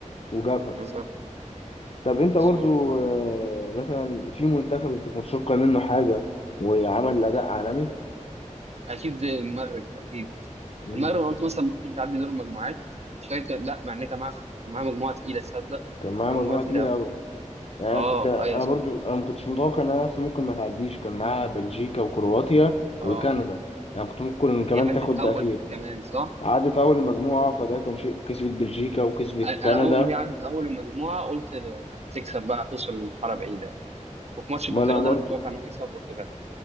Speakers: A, on the left; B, on the right.
A: وجابها
B: بالظبط
A: طب أنت
B: بالظبط
A: برضو آه، مثلا في منتخب أنت كنت متوقع منه حاجة وعمل أداء عالمي
B: اكيد المغرب اكيد
A: أمم،
B: المغرب انا قلت مثلا ممكن تعدي دور المجموعات مش فاكر كان- لا مع ان كان معاها كان معاها مجموعه تقيله تصدق
A: كان معاه
B: كان معاها
A: مجموعة
B: مجموعه تقيله
A: تقيلة
B: قوي
A: أوي يعني
B: اه
A: انا كنت انا
B: ايوه صح
A: برضو انا ما كنتش متوقع انها اصلا ممكن ما تعديش كان معاها بلجيكا وكرواتيا
B: اه
A: وكندا يعني كنت ممكن كمان
B: هي عدت
A: تاخد
B: اول
A: ده اخير
B: كمان صح
A: عدت اول مجموعه فده كان شيء كسبت بلجيكا وكسبت
B: انا
A: كندا
B: أنا اول ما هي عدت اول المجموعه قلت آه، هتكسب بقى هتوصل لمرحله بعيده يعني وفي ماتش البرتغال
A: ما انا برضو
B: ده انا كنت متوقع انهم يكسبوا البرتغال